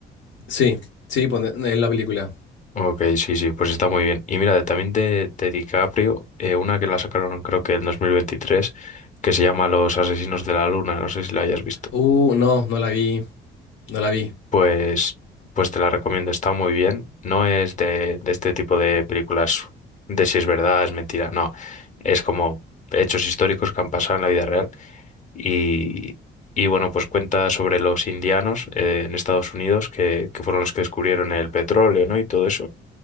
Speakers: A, on the left; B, on the left.
A: Sí, sí, pone- en la película.
B: Ok, sí, sí, pues está muy bien. Y mira, también de, de DiCaprio, eh, una que la sacaron creo que en 2023, que se llama Los Asesinos de la Luna, no sé si la hayas visto.
A: Uh, no, no la vi, no la vi.
B: Pues, pues te la recomiendo, está muy bien. No es de, de este tipo de películas de si es verdad, es mentira, no. Es como hechos históricos que han pasado en la vida real. Y, y bueno, pues cuenta sobre los indianos eh, en Estados Unidos, que, que fueron los que descubrieron el petróleo, ¿no? Y todo eso.